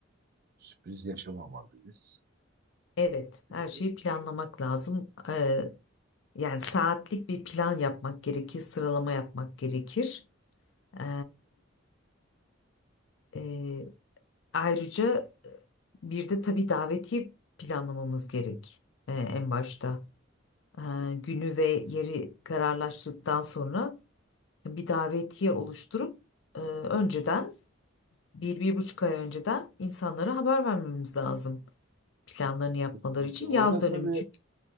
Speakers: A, on the right (about 50°); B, on the left (about 65°).
A: sürpriz yaşamamalıyız.
B: Evet,
A: Peki.
B: her şeyi planlamak lazım. E, yani saatlik bir plan yapmak gerekir, sıralama yapmak gerekir. E, e, ayrıca e, bir de tabii davetiye planlamamız gerek e, en başta. e, günü ve yeri kararlaştıktan sonra bir davetiye oluşturup e, önceden bir, bir buçuk ay önceden insanlara haber vermemiz lazım. Planlarını yapmaları
A: Kesinlikle.
B: için
A: Orada
B: yaz dönemi
A: tabii
B: çünkü